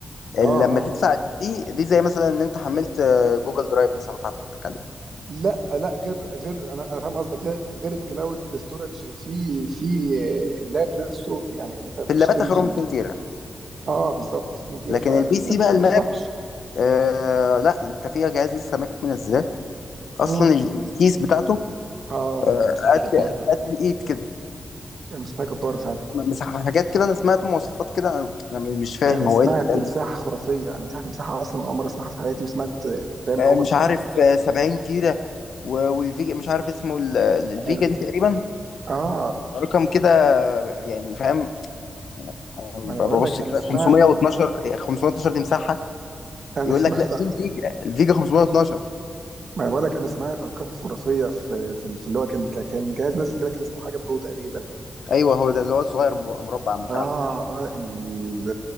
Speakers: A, on the left; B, on the right.
A: لما
B: اه اه
A: تدفع دي دي زي مثلا ان انت حملت آه، جوجل درايف مثلا فتحتك عليه
B: لا لا غير غير انا انا فاهم قصدك غير غير الكلاود ستورج في في اللاب نفسه يعني انت بتشتري
A: في اللابات اخرهم
B: ال-
A: 2 تيرا
B: اه بالظبط 2 تيرا
A: لكن
B: ف 2
A: البي سي
B: تيرا مش
A: بقى الماك
B: مش وحش
A: آه لا انت فيها جهاز لسه ماك منزلاه اصلا
B: امم
A: ال- الكيس بتاعته
B: اه
A: آه
B: كان مساحه
A: قد
B: جباره
A: قد الايد كده
B: كان مساحه جباره فعلا
A: مساحه حاجات كده انا سمعت مواصفات كده انا أنا مش فاهم
B: انا سمعت
A: هو ايه اللي بيتقال
B: مساحه
A: ده
B: خرافيه انا سمعت مساحه اصلا اول مره اسمعها في حياتي وسمعت رام
A: آه،
B: اول
A: مش
B: مره اسمعها
A: عارف
B: في حياتي
A: آه، 70 تيرة و- والفيجا مش عارف اسمه ال- الفيجا
B: أنا-
A: دي تقريبا
B: اه
A: رقم كده يعني فاهم آه،
B: ما انا
A: ببص
B: بقول لك انا
A: كده
B: سمعت
A: 512 آه، 512 دي مساحة
B: انا
A: يقول
B: <laughs> سمعت
A: لك لا دي الفيجا الفيجا 512
B: ما انا بقول لك انا سمعت ارقام خرافيه في في في اللي هو كان كان جهاز نازل كده كان اسمه حاجه برو تقريبا
A: ايوه هو ده اللي هو الصغير م- مربع مكعب
B: اه
A: ده
B: اه ال-